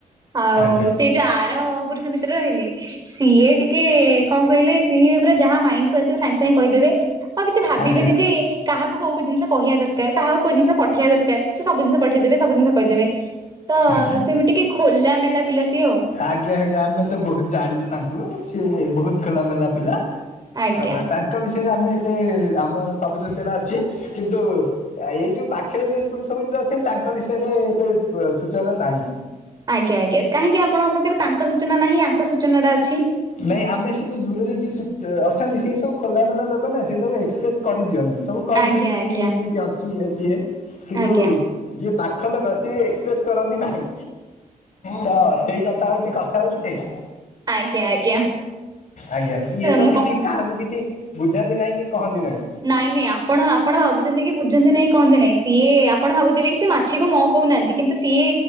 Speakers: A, on the right; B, on the left.
A: ଆଉ
B: ଆଜ୍ଞା
A: ସେଇ ଯୋଉ ଆର ପୁରୁଷ ରହିଲେ ସିଏ ଟିକେ କଣ କହିଲେ ସିଏ ପୁରା ଯାହା ମାଇଣ୍ଡକୁ ଆସିବ ସାଙ୍ଗେ ସାଙ୍ଗେ କହିଦେବେ ଆଉ କିଛି ଭାବିବେନି
B: ଆଜ୍ଞା ଆଜ୍ଞା।
A: ଯେ କାହାକୁ କୋଉ ଜିନିଷ କହିବା ଦରକାର କାହାକୁ କୋଉ ଜିନିଷ ପଠେଇବା ଦରକାର। ସେ ସବୁ ଜିନଷ ପଠେଇଦେବେ ସବୁ ଜିନିଷ କହିଦେବେ ତ
B: ଆଜ୍ଞା
A: ସେ ବି ଟିକେ ଖୋଲାମେଲା ପିଲା ସିଏ ଆଉ।
B: ଆଜ୍ଞା ଆଜ୍ଞା ଆମେ ତ ବହୁତ ଜାଣିଚୁ ତାଙ୍କୁ ସେ ବହୁତ ଖୋଲାମେଲା ପିଲା।
A: ଆଜ୍ଞା।
B: ଆଉ ଆ ତାଙ୍କ ବିଷୟରେ ଆମେ ଏତେ ଆମର ସବୁ ସୂଚନା ଅଛି। କିନ୍ତୁ ଏଇ ଯୋଉ ପାଖରେ ଯଉ ପୁରୁଷ ମିତ୍ର ଅଛନ୍ତି ତାଙ୍କ ବିଷୟରେ ଏ ବ ସୂଚନା ନାହିଁ।
A: ଆଜ୍ଞା ଆଜ୍ଞା କାହିଁକି ଆପଣଙ୍କ ପାଖରେ ତାଙ୍କ ସୂଚନାଟା ନାହିଁ ଆଙ୍କ ସୂଚନାଟା ଅଛି।
B: ନାଇଁ ଆମେ ସେ ଯୋଉ ଦୂରରେ ଯିଏ ଅ ଅଛନ୍ତି, ସେ ସବୁ ଖୋଲାବେଲା ଲୋକ ନା ସେ ସବୁ ଏକ୍ସପ୍ରେସ କରିଦିଅନ୍ତି। ସବୁ କହିଦିଅନ୍ତି
A: ଆଜ୍ଞା ଆଜ୍ଞା।
B: କି ଏମତି ଏମତି ଅଛି ଇଏ ସିଏ କିନ୍ତୁ
A: ଆଜ୍ଞା
B: ଯିଏ ପାଖ ଲୋକ ସିଏ ଏକ୍ସପ୍ରେସ କରନ୍ତି ନାହିଁ, ତ ସେଇ କଥା ହଉଚି କ କଥା ହଉଚି ସେଇଆ।
A: ଆଜ୍ଞା ଆଜ୍ଞା
B: ଆଜ୍ଞା ଇଏ ତ
A: ମୁଁ
B: କିଛି
A: କହୁ
B: କାହାକୁ କିଛି ବୁଝାନ୍ତି ନାହିଁ କି କହନ୍ତି ନାହିଁ।
A: ନାଇଁ ନାଇଁ ଆପଣ ଆପଣ ଭାବୁଚନ୍ତି କି ବୁଝନ୍ତି ନାଇଁ କହନ୍ତି ନାଇଁ। ସିଏ ଆପଣ ଭାବୁଥିବେ କି ସେ ମାଛିକୁ ମ କହୁନାହାନ୍ତି। କିନ୍ତୁ ସିଏ